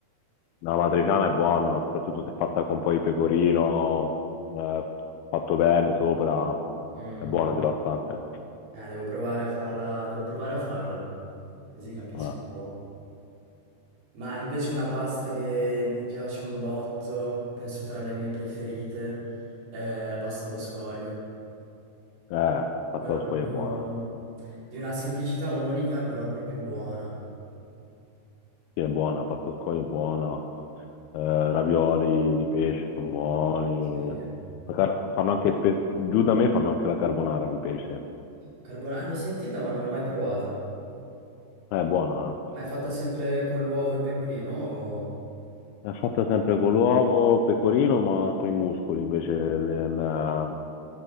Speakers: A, on the left; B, on the right.
A: La matriciana è buona, soprattutto se fatta con poi pecorino, eh, fatto bene sopra,
B: Mm,
A: è buona, devastante.
B: eh, devo provare a farla, devo provare a farla, così capisco
A: Eh,
B: un po'. Ma invece una pasta che mi piace un botto, penso tra le mie preferite, è la pasta allo scoglio.
A: eh, pasta
B: Quella
A: allo
B: proprio
A: scoglio è buona,
B: mm, di una semplicità unica, però proprio buona.
A: sì è buona, pasta allo scoglio è buona, eh, ravioli di pesce sono buoni,
B: Sì.
A: La car- fanno anche, spe- giù da me fanno anche la carbonara di pesce,
B: Carbona- eh, l'ho sentita, ma non l'ho mai provata.
A: Eh, è buona, eh.
B: Ma è fatta sempre con l'uovo e il pecorino o
A: È fatta sempre con l'uovo, pecorino, ma con i muscoli invece del,